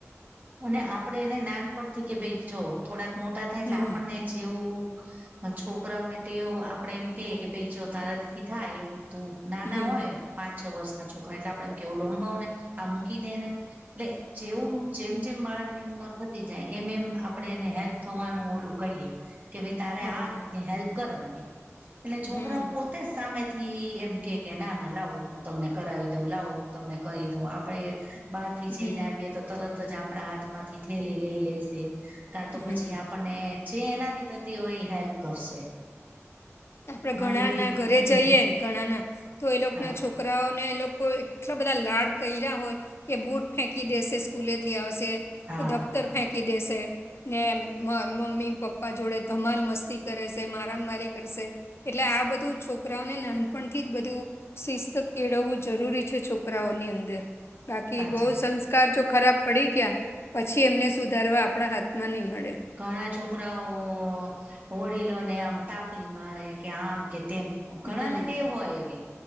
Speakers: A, on the right; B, on the left.
A: અને આપડે એને નાનપણથી કે ભાઈ જો... થોડાંક મોટા થાય એટલે
B: હમ
A: આપણને જેવું છોકરાઓને ટેવ આપડે એમ કહીએ કે ભાઈ જો તારાથી થાય એવું તું <inaudible> નાના
B: હમ
A: હોય પાંચ છ વર્ષના છોકરા એટલે આપડે એમ કે, ઓલુ અંબાવને, આ મૂકી દે ને.. એટલે જેવું જેમ જેમ બાળકની ઉંમર થતી જાય. એમ એમ આપડે એને હેલ્પ થવાનું ઓલું કહીએ. કે ભાઈ તારે
B: બરોબર
A: આ રીતની હેલ્પ કરવાની. એટલે
B: હમ
A: છોકરાઓ પોત્ તે સામેથી એમ કે કે ના ના, લાવો હું તમને કરાવી દઉં, લાવો હું તમને કરી દઉં. આપણે બહારથી જઈને
B: હમ
A: આવીએ તો તરત જ આપણા હાથમાંથી થેલી લઈ લેશે. કાં તો
B: હમ
A: પછી આપ ણને જે એનાંથી થતી હોય એ હેલ્પ કરશે.
B: આપડે ઘણાનાં
A: મારી બેબી
B: ઘરે
A: હમ
B: જઈએ... ઘણાંના.. તો એ લોકના
A: હા
B: છોક કરાઓને એ લોકો એટલાં બધા લાડ કયરા હોય કે બૂટ ફેંકી દેશે સ્કૂલેથી આવશે.
A: હા
B: કે દફ્તર
A: હા
B: ફેંકી દેશે ને મ મમ્મી પપ્પા જોડે ધમાલ મસ્તી કરેશે. મારામ્ મારી કરશે. એટલે આ બધું છોકરાઓને નાનપણથી જ બધું શિસ્ત કેળવવું જરૂરી છે. છોકરાઓની અંદર.. બાકી
A: સાચી
B: બહુ સં સ્કાર જો ખરાબ પડી ગ્યા પછી એમને સુધારવા આપણા હાથમાંની મળે.
A: ઘણા છોકરાઓ.. ઓ વડીલોને આમ તાપલી મારે કે આમ કે તેમ ઘણાંને
B: હમ
A: ટેવ હોય એવી